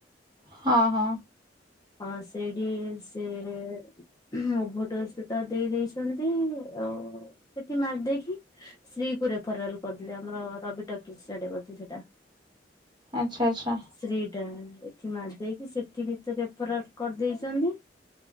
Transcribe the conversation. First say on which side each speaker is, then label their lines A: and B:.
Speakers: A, on the right; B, on the left.
A: ହଁ ହଁ।
B: ହଁ ସେଇଠି ସେ <unintelligible> ସେ ତ ଦେଇ ଦେଇଛନ୍ତି ଅ ସେଠି ମାରିଦେଇକି ସ୍ତ୍ରୀ କୁ ରେଫରାଲ କରିଦଲେ ଆମର ରବି ଟକିସ୍ଡଛି ସେଇଟା
A: ଆଚ୍ଛା ଆଚ୍ଛା
B: ଶ୍ରୀ ଟା ଏଠି ମାରିଦେଇକି ସେଠି ଭିତରେରେ ଫର କରିଦେଇଛନ୍ତି।